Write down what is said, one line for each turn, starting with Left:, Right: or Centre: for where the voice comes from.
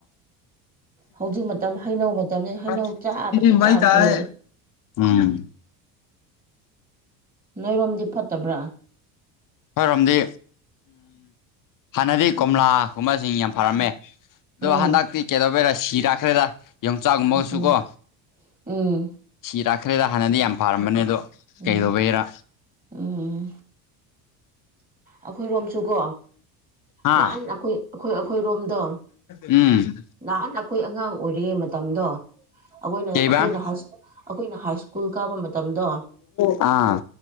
Right: ꯍꯧꯖꯤꯛ ꯃꯇꯝ ꯍꯩꯅꯧ ꯃꯇꯝꯅꯤ ꯍꯩꯅꯧ
Left: ꯀꯗꯤ
Right: ꯆꯥꯕꯁꯤ
Left: ꯃꯥꯏ
Right: ꯆꯥꯕꯁꯤ
Left: ꯇꯥꯏ
Right: ꯂꯣꯏꯔꯦ
Left: ꯎꯝ
Right: ꯅꯣꯏꯔꯣꯝꯗꯤ ꯐꯠꯇꯕ꯭ꯔꯥ
Left: ꯑꯩꯈꯣꯏꯔꯣꯝꯗꯤ ꯍꯥꯟꯅꯗꯤ ꯀꯣꯝꯂꯥꯒꯨꯝꯕꯁꯤꯡ ꯌꯥꯝ ꯐꯔꯝꯃꯦ ꯑꯗꯨꯣ
Right: ꯎꯝ
Left: ꯍꯗꯥꯛꯇ ꯀꯗꯣꯕꯦꯔ ꯁꯤꯔ ꯍꯥꯈ꯭ꯔꯦꯗ ꯌꯣꯡꯆꯥꯛꯒꯨꯝꯕꯒꯁꯨ
Right: ꯎꯝ
Left: ꯀꯣ
Right: ꯎꯝ
Left: ꯁꯤꯗ ꯠꯈ꯭ꯔꯦꯗ ꯍꯥꯟꯅꯗꯤ ꯌꯥꯝ ꯐꯥꯔꯝꯕꯅꯦ ꯑꯗꯣ ꯀꯩꯗꯧꯕꯩꯔ
Right: ꯎꯝ ꯎꯝ ꯑꯩꯈꯣꯏꯔꯣꯝꯁꯨꯀꯣ
Left: ꯍꯥ
Right: ꯅꯍꯥꯟ ꯑꯩꯈꯣꯏ ꯑꯩꯈꯣꯏ ꯑꯩꯈꯣꯏꯔꯣꯝ ꯑꯗꯣ
Left: ꯎꯝ
Right: ꯅꯍꯥꯟ ꯑꯩꯈꯣꯏ ꯑꯉꯥꯡ ꯑꯣꯏꯔꯤꯉꯩ ꯃꯇꯝꯗꯣ ꯑꯩꯈꯣꯏꯅ
Left: ꯀꯩꯕ
Right: ꯑꯩꯈꯣꯏꯅ ꯑꯩꯈꯣꯏꯅ ꯍꯥꯏ ꯁ꯭ꯀꯨꯜ ꯀꯥꯕ ꯃꯇꯝꯗꯣ
Left: ꯑꯥ